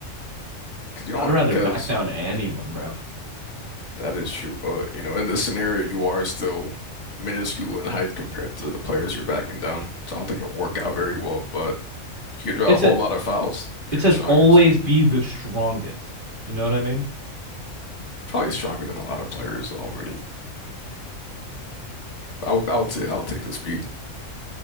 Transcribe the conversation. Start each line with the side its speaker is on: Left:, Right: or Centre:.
Left: because you don't
Right: I'd rather
Left: because
Right: back down to anyone, bro.
Left: that is true. But you know, in this scenario, you are still minuscule in height compared to the players you're backing down. So I don't think it'll work out very well. But You could draw
Right: It's
Left: a whole
Right: a.
Left: lot of fouls if
Right: It
Left: you're
Right: says
Left: the strongest.
Right: always be the strongest. You know what I mean?
Left: Probably stronger than a lot of players already. I would, I would say, I'll take the speed.